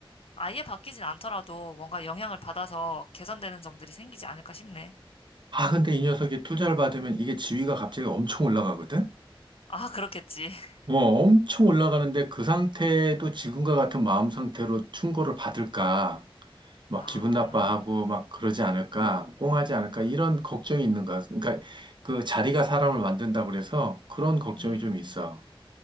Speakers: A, on the left; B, on the right.
A: 아예 바뀌진 않더라도 뭔가 영향을 받아서 개선되는 점들이 생기지 않을까 싶네.
B: 아, 근데 이 녀석이 투자를 받으면 이게 지위가 갑자기 엄청 올라가거든?
A: 아, 그렇겠지. <laughs>
B: 어, 엄청 올라가는데 그 상태도 지금과 같은 마음 상태로 충고를 받을까? 막
A: 아,
B: 기분 나빠하고 막 그러지 않을까? 꽁하지 않을까?
A: 아,
B: 이런 걱정이 있는가? 그러니까 그 자리가 사람을 만든다고 그래서 그런 걱정이
A: 음,
B: 좀 있어.